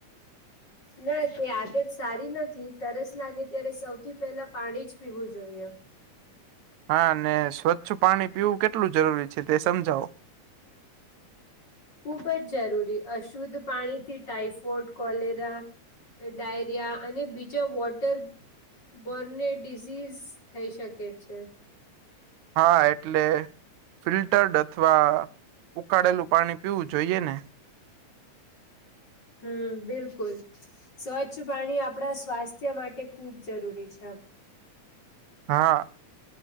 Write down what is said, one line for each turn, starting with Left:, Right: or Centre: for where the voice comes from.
Left: ના તે આદત સારી નથી. તરસ લાગે ત્યારે સૌથી પહેલા પાણી જ પીવું જોઈએ.
Right: હા ને સ્વચ્છ પાણી પીવું કેટલું જરૂરી છે તે સમજાવો.
Left: ખુબ જ જરૂરી અશુદ્ધ પાણીથી ટાઈફોઇડ કોલેરા ડાયરિયા અને બીજા વોટર બોનને ડીસીઝ થઈ શકે છે.
Right: હા એટલે ફિલ્ટર્ડ અથવા ઉકાળેલું પાણી પીવું જોઈએ ને
Left: હમ બિલકુલ. સ્વચ્છ પાણી આપડા સ્વાસ્થ્ય માટે ખુબ જરૂરી છે.
Right: હા